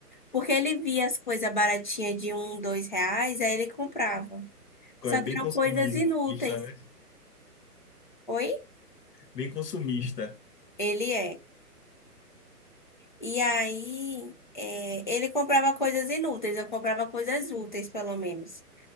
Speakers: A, on the left; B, on the left.
A: Porque ele via as coisas baratinhas de um, dois reais, aí ele comprava. Só
B: É bem
A: que eram
B: consumista,
A: coisas inúteis.
B: né?
A: Oi?
B: Bem consumista.
A: Ele é. E aí, é, ele comprava coisas inúteis, eu comprava coisas úteis, pelo menos.